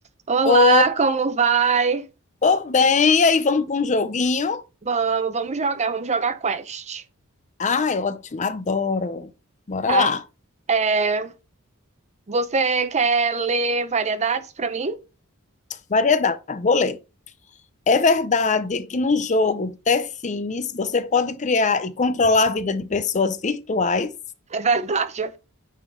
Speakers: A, on the right (about 30°); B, on the left (about 35°).
A: Olá,
B: Ô,
A: como vai?
B: tô bem, e aí vamos para um joguinho?
A: Vamos, vamos jogar, vamos jogar Quest.
B: Ai, ótimo, adoro. Bora
A: Tá.
B: lá.
A: É, você quer ler variedades pra mim?
B: Variedade, vou ler. É verdade que no jogo The Sims você pode criar e controlar a vida de pessoas virtuais?
A: É verdade.